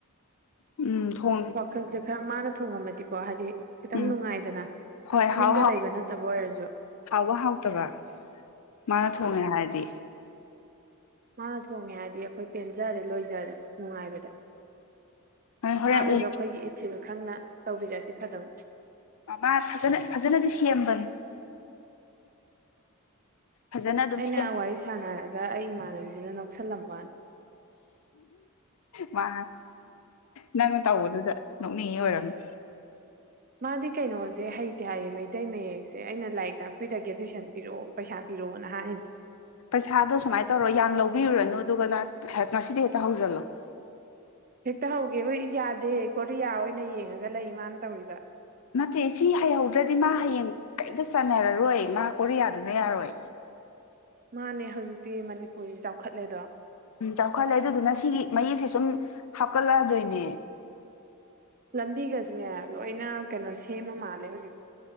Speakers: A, on the left (about 80°); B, on the right (about 40°).
A: ꯎꯝ ꯊꯣꯡ
B: ꯋꯥꯈꯜꯁꯦ ꯈꯔ ꯃꯥꯅ ꯊꯣꯡꯉꯝꯃꯗꯤꯀꯣ ꯍꯥꯏꯗꯤ ꯈꯤꯇꯪ
A: ꯎꯝ
B: ꯅꯨꯡꯉꯥꯏꯗꯅ
A: ꯍꯣꯏ ꯍꯥꯎ
B: ꯌꯨꯝꯗ
A: ꯍꯥꯎ
B: ꯂꯩꯕ ꯅꯠꯇꯕ ꯑꯣꯏꯔꯁꯨ
A: ꯍꯥꯎꯕ ꯍꯥꯎꯇꯕ ꯃꯥꯅ ꯊꯣꯡꯉꯦ ꯍꯥꯏꯔꯗꯤ
B: ꯃꯥꯅ ꯊꯣꯡꯉꯦ ꯍꯥꯏꯔꯗꯤ ꯑꯩꯈꯣꯏ ꯄꯦꯟꯖꯥꯔꯦ ꯂꯣꯏꯖꯥꯔꯦ ꯅꯨꯡꯉꯥꯏꯕꯗ
A: ꯍꯣꯔꯦꯟ
B: ꯃꯥꯅꯁꯨ
A: ꯎ
B: ꯑꯩꯈꯣꯏꯒꯤ ꯏꯊꯤꯜ ꯈꯪꯅ ꯇꯧꯕꯤꯔꯛꯑꯥꯗꯤ ꯐꯥꯗꯕꯅꯦ
A: ꯃꯥ ꯐꯖꯅ ꯐꯖꯅꯗꯤ ꯁꯦꯝꯕꯅꯤ ꯐꯖꯅ ꯑꯗꯨꯝ
B: ꯑꯩꯅ
A: ꯁꯦꯝ
B: ꯋꯥꯔꯤ ꯁꯥꯟꯅꯔꯒ ꯑꯩ ꯏꯃꯥꯟꯅꯕꯤꯗꯨꯅ ꯅꯣꯡꯁꯜꯂꯝꯕꯅꯤ
A: ꯃꯥ ꯅꯪꯅ ꯇꯧꯕꯗꯨꯗ ꯅꯣꯛꯅꯤꯡꯉꯤ ꯑꯣꯏꯔꯝꯅꯤ
B: ꯃꯥꯗꯤ ꯀꯩꯅꯣꯁꯦ ꯍꯩꯇꯦ ꯍꯥꯏꯌꯦ ꯃꯩꯇꯩ ꯃꯌꯦꯛꯁꯦ ꯑꯩꯅ ꯂꯥꯏꯔꯤꯛ ꯇꯥꯛꯄꯤꯔꯒꯦ ꯇꯨꯏꯁꯟ ꯄꯤꯔꯛꯑꯣ ꯄꯩꯁꯥ ꯄꯤꯔꯛꯑꯣꯅ ꯍꯥꯏꯅꯦ
A: ꯄꯩꯁꯥꯗꯣ ꯁꯨꯃꯥꯏꯅ ꯇꯧꯔꯣ ꯌꯥꯝ ꯂꯧꯕꯤꯔꯨꯔꯅꯨ ꯑꯗꯨꯒ ꯉꯁꯤꯗꯤ ꯍꯦꯛꯇ ꯍꯧꯖꯤꯜꯂꯣ
B: ꯍꯦꯛꯇ ꯍꯧꯒꯦꯕ ꯌꯥꯗꯦ ꯀꯣꯔꯤꯌꯥ ꯑꯣꯏꯅ ꯌꯦꯡꯉꯒ ꯂꯩ ꯃꯥꯅ ꯇꯧꯔꯤꯕ
A: ꯅꯠꯇꯦ ꯁꯤ ꯍꯩꯍꯧꯗ꯭ꯔꯗꯤ ꯃꯥ ꯍꯌꯦꯡ ꯀꯩꯝꯇꯥ ꯆꯥꯟꯅꯔꯔꯣꯏ ꯃꯥ ꯀꯣꯔꯤꯌꯥꯗꯨꯅ ꯌꯥꯔꯣꯏ
B: ꯃꯥꯅꯦ ꯍꯧꯖꯤꯛꯇꯤ ꯃꯅꯤꯄꯨꯔꯤ ꯆꯥꯎꯈꯠꯂꯦꯗꯣ
A: ꯎꯝ ꯆꯥꯎꯈꯠꯂꯦ ꯑꯗꯨꯗꯨꯅ ꯁꯤꯒꯤ ꯃꯌꯦꯛꯁꯦ ꯁꯨꯝ ꯍꯥꯞꯀꯠ ꯂꯛꯑꯗꯣꯏꯅꯦ
B: ꯂꯝꯕꯤꯒꯁꯤꯅꯦ ꯂꯣꯏꯅ ꯀꯩꯅꯣ ꯁꯦꯝꯃ ꯃꯥꯜꯂꯦ ꯍꯧꯖꯤꯛꯇꯤ